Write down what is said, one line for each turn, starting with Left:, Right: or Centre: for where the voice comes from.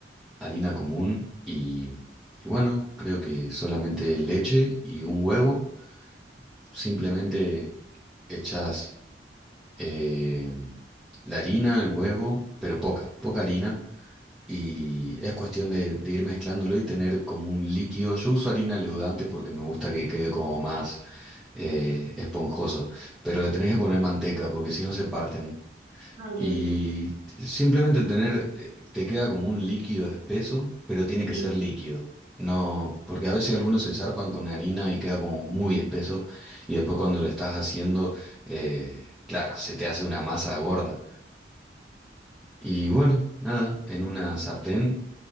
Centre: harina común, y, y bueno, creo que solamente leche y un huevo, simplemente echás eh, la harina, el huevo, pero poca, poca harina, y es cuestión de, de ir mezclándolo y tener como un líquido. Yo uso harina leudante porque me gusta que quede como más eh, esponjoso, pero le tenés que poner manteca porque si no se parten.
Right: No entiendo.
Centre: Y simplemente tener, eh, te queda como un líquido espeso, pero tiene
Right: Sí.
Centre: que ser líquido. No, porque a veces algunos se zarpan con harina y queda como muy espeso y después cuando lo estás haciendo, eh, claro, se te hace una masa gorda. Y bueno, nada, en una sartén